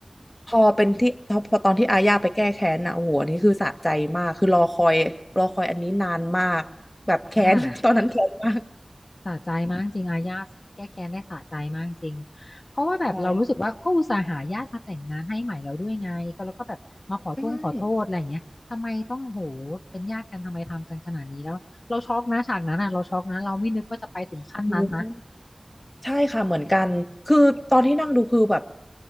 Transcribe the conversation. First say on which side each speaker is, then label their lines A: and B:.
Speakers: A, on the left (about 25°); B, on the left (about 60°).
A: พอเป็นที่พอตอนที่อาญาไปแก้แค้นนะโอ้โหอันนี้คือสะใจมากคือรอคอยรอคอยอันนี้นานมากแบบแค้น
B: ค่ะ
A: <laughs> ตอนนั้นแค้นมาก
B: สะใจมากจริงอาญาติแก้แค้นได้สะใจมากจริงเพราะว่าแบบเรารู้สึกว่าก็อุตส่าห์หาญาติมาแต่งงานให้ใหม่แล้วด้วยไงก็แล้วก็แบบมาขอโทษขอโทษอะไรอย่างเงี้ยทำไมต้องโห
A: ใช่ใช่
B: เป็นญาติกันทำไมทำกันขนาดนี้แล้วเราช็อกนะฉากนั้นอ่ะเราช็อกนะเราไม่นึกว่าจะไปถึงขั้นนั้นนะ
A: โอ้โห ใช่ค่ะเหมือนกันคือตอนที่นั่งดูคือแบบ